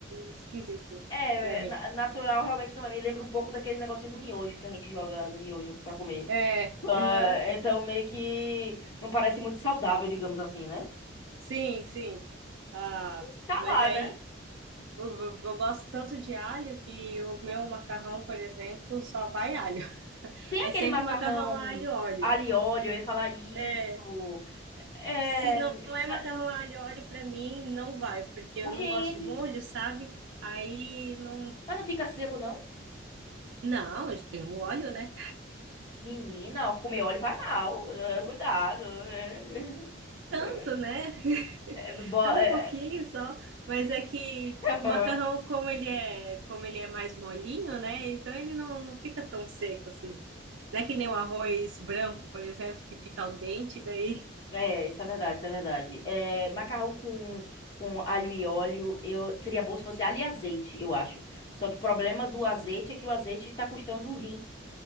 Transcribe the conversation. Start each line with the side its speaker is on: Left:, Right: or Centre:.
Right: esquisito
Left: É,
Right: pra mim.
Left: é, na- natural realmente não é. Me lembra um pouco daquele negocinho do miojo que a gente joga no miojo pra comer.
Right: É,
Left: Ah,
Right: aham.
Left: então meio que não parece muito saudável, digamos assim, né?
Right: sim, sim. Ah,
Left: Mas tá
Right: mas
Left: lá,
Right: daí
Left: né?
Right: eu, eu eu gosto tanto de alho que o meu macarrão, por exemplo, só vai alho.
Left: Tem
Right: É
Left: aquele
Right: sempre
Left: macarrão
Right: macarrão a alho e óleo.
Left: alho e óleo, eu ia falar isso.
Right: É,
Left: É,
Right: se não é
Left: mas,
Right: macarrão a alho e óleo, para mim não vai, porque eu
Left: gente,
Right: não gosto de molho, sabe? Aí não.
Left: mas não fica seco, não?
Right: Não, tem o óleo, né?
Left: Menina, ó, comer óleo faz mal. eh, Cuidado. eh,
Right: Tanto,
Left: eh,
Right: né?
Left: eh, bo-
Right: É um
Left: eh,
Right: pouquinho só, mas é que
Left: <laughs>
Right: o macarrão, como ele é, como ele é mais molinho, né? Então ele não, não fica tão seco assim. Não é que nem o arroz branco, por exemplo, que fica al dente, daí. <laughs>
Left: É, isso é verdade, isso é verdade. É, macarrão com, com alho e óleo, eu, seria bom se fosse alho e azeite, eu acho. Só que o problema do azeite é que o azeite tá custando o rim